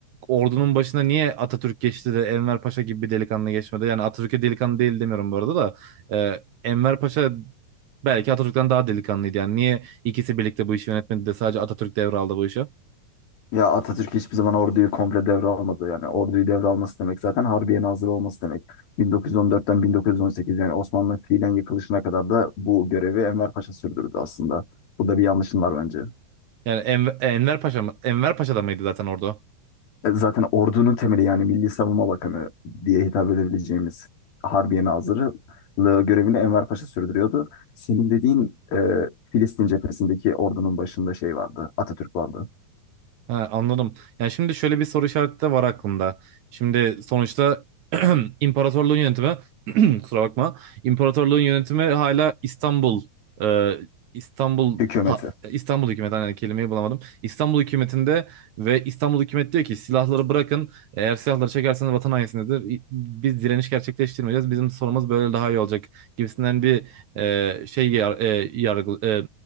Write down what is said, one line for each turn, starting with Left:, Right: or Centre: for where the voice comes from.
Right: ordunun başına niye Atatürk geçti de Enver Paşa gibi bir delikanlı geçmedi? Yani Atatürk'e delikanlı değil demiyorum bu arada da. E, Enver Paşa Belki Atatürk'ten daha delikanlıydı yani. Niye ikisi birlikte bu işi yönetmedi de sadece Atatürk devraldı bu işi?
Left: Ya Atatürk hiçbir zaman orduyu komple devralmadı. Yani orduyu devralması demek zaten Harbiye nazırı olması demek. 1914'ten 1918 yani Osmanlı fiilen yıkılışına kadar da bu görevi Enver Paşa sürdürdü aslında. Bu da bir yanlışın var bence.
Right: Yani Enver, Enver Paşa mı? Enver Paşa da mıydı zaten orada?
Left: E, Zaten ordunun temeli yani Milli Savunma Bakanı diye hitap edebileceğimiz Harbiye Nazırlığı görevini Enver Paşa sürdürüyordu. Senin dediğin e, Filistin cephesindeki ordunun başında şey vardı, Atatürk vardı,
Right: Ha, anladım. Yani şimdi şöyle bir soru işareti de var aklımda. Şimdi sonuçta <clears throat> imparatorluğun yönetimi <clears throat> kusura bakma. İmparatorluğun yönetimi hala İstanbul e, İstanbul
Left: hükümeti.
Right: ta- İstanbul hükümeti hani kelimeyi bulamadım. İstanbul hükümetinde ve İstanbul hükümet diyor ki silahları bırakın. Eğer silahları çekerseniz vatan hainisinizdir. Biz direniş gerçekleştirmeyeceğiz. Bizim sorumuz böyle daha iyi olacak gibisinden bir e, şey yar, e, yargı e,